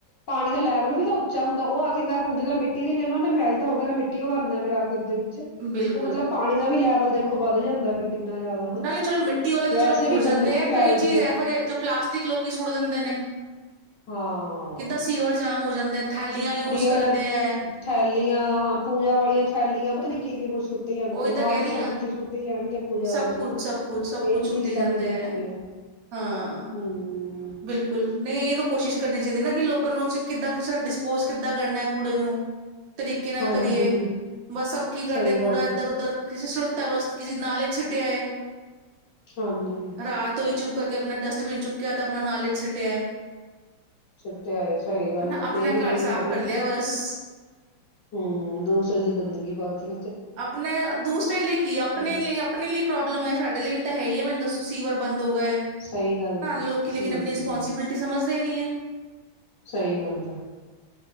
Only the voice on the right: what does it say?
ਬਿਲਕੁਲ
ਨਾਲੇ ਚਲੋ ਮਿੱਟੀ ਵਾਲੇ ਤਾਂ
ਚਲੋ ਖੁੜ
ਜਾਂਦੇ ਹੈ।
ਕਈ ਚੀਜ਼
ਇਹੋ ਜਹੇ ਜੋ ਪਲਾਸਟਿਕ ਲੋਕ ਸੁੱਟ ਦਿੰਦੇ ਨੇ,
ਕਿੱਦਾਂ ਸੀਵਰ ਜਾਮ ਹੋ ਜਾਂਦਾ ਥੈਲੀਆਂ ਯੂਜ। ਕਰਦੇ
ਹੈ
ਉਹੀ
ਤਾਂ
ਕਹਿ ਰਹੀ ਹਾਂ
ਸਭ
ਕੁਛ ਸਭ ਕੁਛ ਸਭ
ਕੁਛ
ਸੁੱਟੀ
ਜਾਂਦੇ
ਹੈ
ਹਾਂ
ਬਿਲਕੁਲ ਨਹੀਂ ਇਹ। ਕੋਸ਼ਿਸ਼ ਕਰਨੀ ਚਾਹੀਦੀ ਨਾ ਕਿ ਲੋਕਾਂ ਨੂੰ ਅਸੀ ਕਿੱਦਾਂ ਕੁ ਡਿਸਪੋਜ ਕਿੱਦਾਂ ਕਰਨਾ ਕੁੂੜੇ ਨੂੰ। ਤਰੀਕੇ ਨਾਲ
ਕਰੀਏ ਬਸ ਸਭ ਕੀ ਕਰਦੇ
ਕੂੜਾ ਇੱਧਰ
ਉੱਧਰ ਕਿਸੇ ਛੁ। ਤਾਂ ਬਸ ਕਿ ਨਾਲੇ ਛਟੇ ਹੈ।
ਰਾਤ ਉਈ ਚੁੱਕ। ਆਪਣਾ ਡਸਟਬਿਨ ਚੁੱਕਿਆ। ਆਪਣਾ ਨੌਲੇਜ ਛੁਟਿਆ ਹੈ।
ਹਨਾ
ਆਪਣਾ
ਘਰ ਸਾਫ਼
ਕਰ
ਲਿਆ ਬਸ
ਆਪਣੇ ਦੂਸਰੇ ਲਈ ਕੀ ਆਪਣੇ
ਲਈ ਆਪਣੇ ਲਈ ਪ੍ਰੋਬਲਮ ਹੈ। ਸਾਡੇ ਲਈ ਵੀ ਤਾਂ ਹੈ, ਹੀ ਹੈ ਮੈਨੂੰ ਦੱਸੋ। ਸੀਂਵਰ ਬੰਦ। ਹੋ ਗਏ
ਹਾਂ
ਲੋਕ ਕੀ ਲੋਕ
ਆਪਣੀ ਰਿਸਪੋਂਸਿਬਿਲਿਟੀ ਸਮਝ। <unintelligible> ਹੈ।